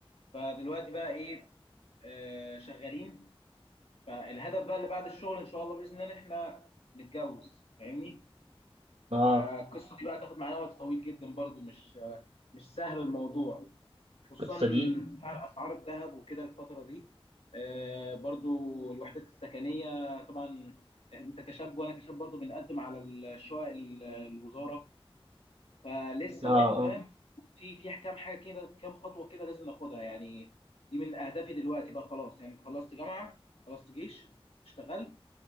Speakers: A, on the left (about 80°); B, on the right (about 85°).
A: فدلوقتي بقى ايه آه، شغالين فالهدف بقى اللي بعد الشغل ان شاء الله بإذن الله ان احنا نتجوز فاهمني
B: اه
A: فالقصة دي بقى تاخد معانا وقت طويل جدا برضو مش آه، مش سهل الموضوع خصوصا
B: القصه دي
A: ارتفاع اسعار الذهب وكده الفتره دي آه، برضو الوحدات السكنيه طبعا انت كشاب وانا كشاب برضو بنقدم على الشقق ال- الوزاره فلسه
B: اه
A: برضو
B: اه
A: فاهم في في كام حاجه كده كام خطوه كده لازم ناخدها يعني دي من اهدافي دلوقتي بقى خلاص يعني خلصت جامعه خلصت جيش اشتغلت